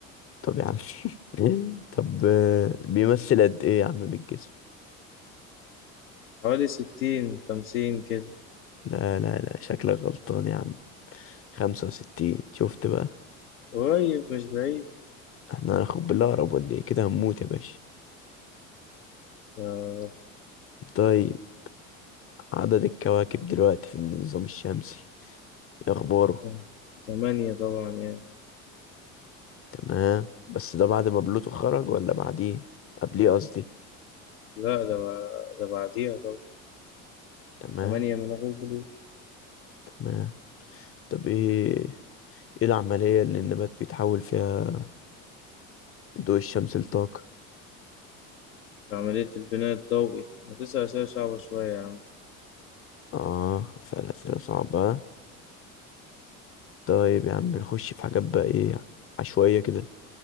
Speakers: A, on the left (about 35°); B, on the left (about 85°).
A: طب يا عم <laughs> طب آه، بيمثل قد ايه يا عم من الجسم
B: حوالي ستين خمسين كده
A: لا لا لا شكلك غلطان يا عم خمسة وستين شفت بقى
B: قريب مش بعيد
A: احنا هناخد بالاقرب ولا ايه كده هنموت يا باشا
B: يا رب
A: طيب عدد الكواكب دلوقتي في النظام الشمسي ايه اخباره
B: تم- تمانية طبعا يعني
A: تمام بس ده بعد ما بلوتو خرج ولا بعديه قبليه قصدي
B: لا ده بع- ده بعديها طبعا
A: تمام
B: تمانية من غير جلوكوز
A: تمام طب ايه ايه العملية اللي النبات بيتحول فيها ضوء الشمس لطاقة
B: عملية البناء الضوئي ما تسعة أسئلة صعبة شوية يا عم
A: اه أسأل أسئلة صعبة طيب يا عم نخش في حاجات بقى ايه عشوائية كده